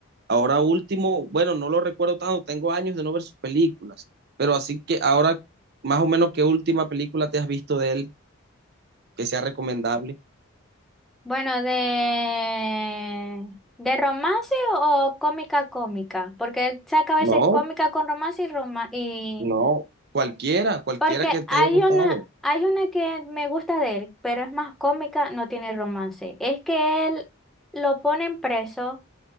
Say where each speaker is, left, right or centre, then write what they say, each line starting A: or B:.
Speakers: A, on the right; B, in the centre.
A: Ahora último, bueno, no lo recuerdo tanto, tengo años de no ver sus películas, pero así que ahora, más o menos, ¿qué última película te has visto de él que sea recomendable?
B: Bueno, de de romance o cómica cómica, porque él saca a veces
A: No,
B: cómica con romance y
A: No, cualquiera, cualquiera
B: Porque
A: que te
B: hay
A: haya gustado.
B: una, hay una que me gusta de él, pero es más cómica, no tiene romance. Es que él lo ponen preso,